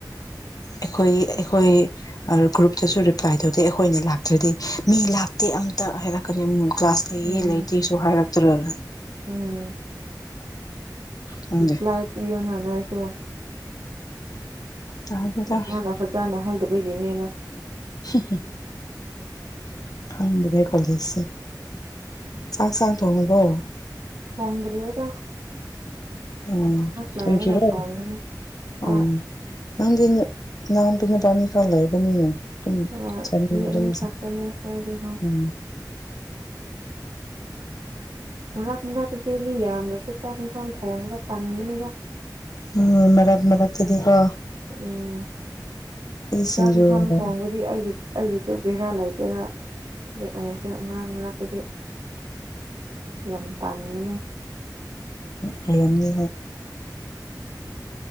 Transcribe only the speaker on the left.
ꯑꯩꯈꯣꯏ ꯑꯩꯈꯣꯏ ꯒ꯭ꯔꯨꯞꯇꯁꯨ ꯔꯤꯄ꯭ꯂꯥꯏ ꯇꯧꯗꯦ ꯑꯩꯈꯣꯏꯅ ꯂꯥꯛꯇ꯭ꯔꯗꯤ꯫ ꯃꯤ ꯂꯥꯛꯇꯦ ꯑꯃꯝꯇ ꯍꯥꯏꯔꯛꯀꯅꯤ ꯑꯃꯨꯛ ꯀ꯭ꯂꯥꯁ ꯂꯩꯌꯦꯦ
ꯂꯩꯇꯦꯁꯨ ꯍꯥꯏꯔꯛꯇ꯭ꯔꯒ
ꯈꯪꯗꯦ
ꯇꯥꯗꯦꯗ
<inaudible> ꯐꯪꯗ꯭ꯔꯦ ꯀꯣꯂꯦꯖꯁꯦ ꯆꯥꯛ ꯆꯥꯡ ꯊꯣꯡꯉꯨꯕꯣ꯫
ꯎꯝ
ꯊꯁꯤꯔꯣ
ꯎꯝ ꯅꯪꯅ ꯅꯪꯕꯤꯅꯗꯥꯕꯥꯅꯤ ꯈ ꯂꯩꯕꯅꯤꯅꯪ꯫ ꯑꯗꯨꯝ
ꯎꯝ <inaudible>
ꯎꯝ ꯃꯔꯛ ꯃꯔꯛ ꯇꯗꯤꯀꯣ꯫
ꯁꯤꯡꯖꯨ
ꯎꯝ
ꯍꯝꯅꯤ꯫